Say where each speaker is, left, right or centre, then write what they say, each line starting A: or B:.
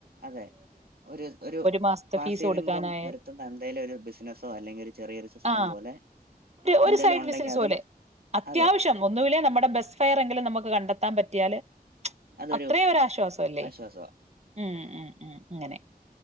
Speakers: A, on the right (about 70°); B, on the right (about 40°).
A: അതെ ഒരു ഒരു
B: മാസത്തെ
A: പാസീവ്
B: ഫീസ് കൊടുക്കാനായാൽ
A: ഇൻകം വരുത്തുന്ന എന്തെലും ഒരു ബിസിനസോ അല്ലെങ്കിലൊരു ചെറിയൊരു സിസ്റ്റം
B: ആ
A: പോലെ
B: ഒരു
A: എന്തേലും
B: സൈഡ്
A: ഉണ്ടെങ്കിൽ
B: ബിസിനസ്
A: അതും
B: പോലെ അത്യാവിശ്യം
A: അതെ
B: ഒന്നൂലെ നമ്മുടെ ബെസ് ഫയർങ്കിലും നമുക്ക് ക നടത്താൻ പറ്റിയാല്
A: അതൊരു
B: അത്രയും ഒരാശ്വാസം അല്ലേ
A: ആശ്വാസവാ
B: <unintelligible> ഉം ഉം ഉം <unintelligible> അങ്ങനെ